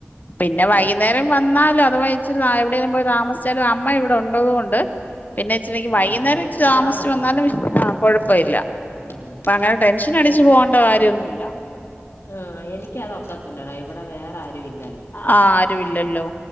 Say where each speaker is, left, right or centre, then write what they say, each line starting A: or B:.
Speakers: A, on the left (about 45°); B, on the left (about 80°).
A: പിന്നെ
B: ആ,
A: വയ്യുന്നേരം വന്നാലോ അഥവാ ഇച്ചിരി ആ എവിടേലും പോയി താമസിച്ചാലും അമ്മ ഇവിടെ ഉണ്ടതു കൊണ്ട് പിന്നെ അച്ഛമ്മക്ക്
B: ആ, ആ.
A: വയ്യുന്നരം
B: വീട്ടിലാളുണ്ടല്ലോ
A: താമിസിച്ച് വന്നാലും വി കൊഴപ്പവില്ല
B: ആ.
A: അപ്പൊ അങ്ങനെ ടെൻഷൻ അടിച്ച്
B: എനിക്ക്
A: പോവണ്ട കാര്യവൊന്നുവില്ല
B: ആ എനിക്കതൊക്കത്തില്ലടാ ഇവിടെ വേറാരു വില്ലല്ലോ
A: ആ ആരും ഇല്ലല്ലോ